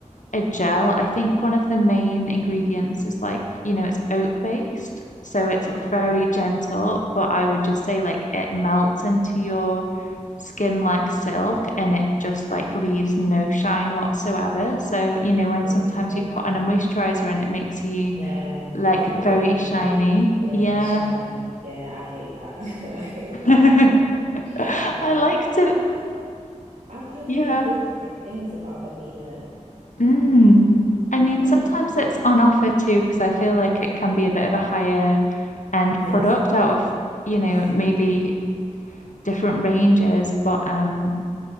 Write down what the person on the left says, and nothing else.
a gel. I think one of the main ingredients is like, you know, it's oat based, so it's very
gentle, but I would just say like it melts into your skin like silk and it just like leaves no shine whatsoever. So, you know, when
sometimes you put on a moisturizer and it makes you
like
very
shiny.
Yeah.
<laughs>
I
like
to,
yeah.
Mm. I mean,
sometimes it's on offer too, because I feel like it can be a bit of a higher and
product
out of, you
know, maybe different ranges, but um